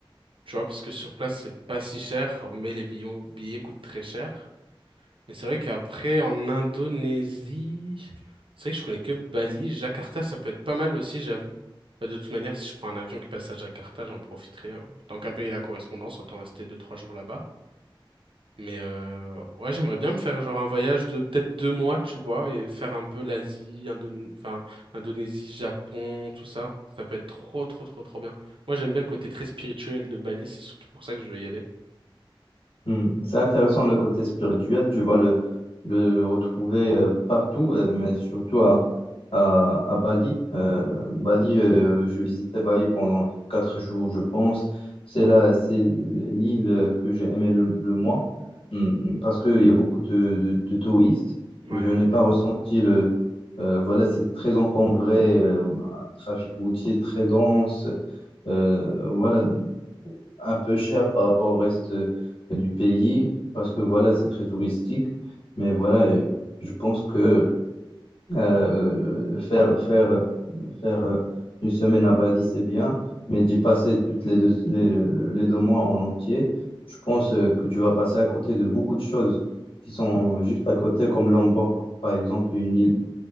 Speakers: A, on the right; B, on the left.
A: tu vois, parce que sur place, c'est pas si cher, mais les billets, billets coûtent très cher. Mais c'est vrai qu'après, en Indonésie, c'est vrai que je connais que Bali. Jakarta, ça peut être pas mal aussi, j'avoue. Bah, de toute manière, si je prends un avion qui passe à Jakarta, j'en profiterai. hein. Tant qu'à payer la correspondance, autant rester deux, trois jours là-bas. Mais euh, ouais, j'aimerais bien me faire genre un voyage de peut-être deux mois, tu vois, et faire un peu l'Asie, Indon- enfin, Indonésie, Japon, tout ça. Ça peut être trop, trop, trop, trop bien. Moi, j'aime bien le côté très spirituel de Bali, c'est surtout pour ça que je veux y aller.
B: Hmm, C'est intéressant le côté spirituel, tu vois le, le, le retrouver euh, partout, euh, mais surtout à, à, à Bali. Euh, Bali, euh, je visitais Bali pendant quatre jours, je pense. C'est là, c'est l'île que j'ai aimé le, le moins, Hmm, parce qu'il y a beaucoup de, de, de touristes.
A: Ouais.
B: Je n'ai pas ressenti le... euh, voilà, c'est très encombré, euh, trafic routier très dense. Euh, voilà, un peu cher par rapport au reste euh, bah, du pays, parce que voilà, c'est très touristique. Mais voilà, euh, je pense que euh, le- faire, faire, faire euh, une semaine à Bali, c'est bien, mais d'y passer toutes les deux, les, les deux mois en entier, je pense euh, que tu vas passer à côté de beaucoup de choses qui sont juste à côté, comme Lombok, par exemple, une île